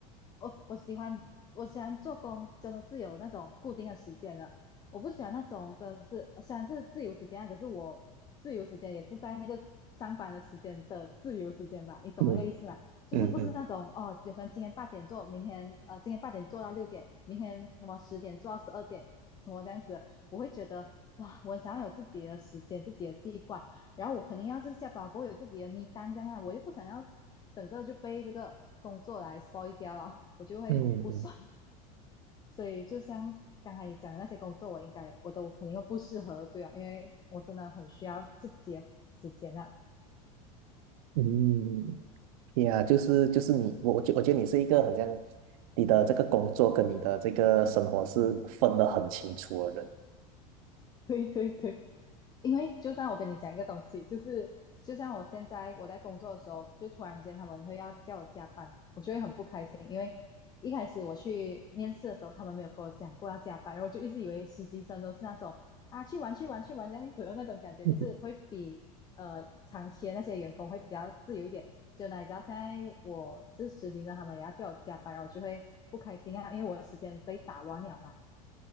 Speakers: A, on the left (about 20°); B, on the right (about 70°).
A: 我我喜欢我喜欢做工，真的是有那种固定的时间的。我不喜欢那种真的是虽然是自由时间啊，可是我自由时间也是在那个上班的时间的自由时间吧，你懂那个意思吗？
B: 嗯
A: 就是不是那种哦，
B: 嗯嗯
A: 有可能今天八点做，明天呃今天八点做到六点，明天什么十点做到十二点，什么这样子，我会觉得哇，我想要有自己的时间，自己的计划。然后我肯定要就是下班过后有自己的 m 单这样啊，我又不想要整个就被这个工作来 spoil 掉了，<laughs> 我就会很不爽。
B: 嗯嗯
A: <laughs> 所以就像刚才你讲的那些工作，我应该我都肯定不适合，对啊，因为我真的很需要自己的时间啊。
B: 嗯，呀，就是就是你，我我觉我觉得你是一个很像你的这个工作跟你的这个生活是分得很清楚的人。
A: <laughs> 对对对，因为就算我跟你讲一个东西，就是就像我现在我在工作的时候，就突然间他们会要叫我加班，我就会很不开心，因为一开始我去面试的时候，他们没有跟我讲过要加班，然后我就一直以为实习生都是那种啊去玩去玩去玩这样子的那种感觉，
B: <laughs>
A: 就是会比呃长期的那些员工会比较自由一点。就哪里知道现在我是实习生，他们也要叫我加班，然后我就会不开心啊，因为我的时间被打乱了嘛。